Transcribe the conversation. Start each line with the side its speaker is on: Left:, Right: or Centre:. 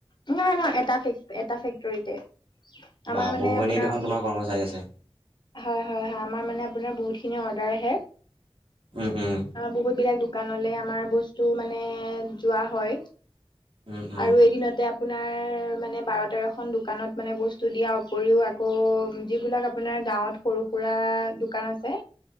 Left: নহয় নহয় এটা ফেক এটা ফেক্টৰীতে আমাৰ
Right: বা
Left: মানে
Right: বহুখিনি
Left: আপোনাৰ
Right: দেখোন তোমাৰ কৰ্মচাৰী আছে
Left: হয় হয় হয় আমাৰ মানে আপোনাৰ বহুত অৰ্ডাৰ আহে।
Right: উম উম
Left: বহুত বিলাক দোকান লে আমাৰ বস্তু টো মানে যোৱা হয়।
Right: উম উম
Left: আৰু এদিনতে আপোনাৰ মানে বাৰ, তেৰখন দোকানত মানে বস্তু দিয়াৰ উপৰিও আকৌ যিবিলাক আপোনাৰ গাঁৱত সৰু-সুৰা দোকান আছে।